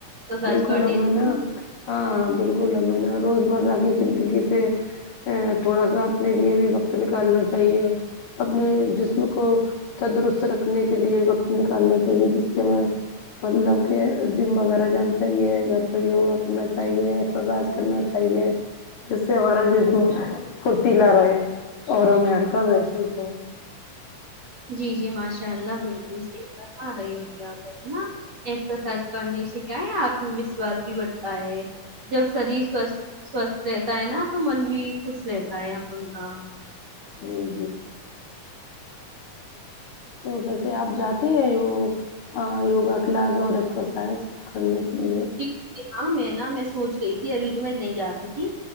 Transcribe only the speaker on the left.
بالکل
ہمیں
نہ ہاں بالکل کل ہمیں ہے نا روزمرہ کی زندگی سے تھوڑا سا اپنے لیے بھی وقت نکالنا چاہیے اپنے جسم کو تندرست رکھنے کے لیے وقت نکالنا چاہیے جس کے ہمیں مطلب کہ جم وغیرہ جانا چاہیے گھر پے یوگا کرنا چاہیے ایکسرسائز کرنا چاہیے جس سے ہمارا جسم پھرتیلا رہے اور ہمیں ہلکا محسوس ہو
جی جی ویسے آپ جاتے ہیں یو یوگا کلاس اور ایکسرسائز کرنے کے لیے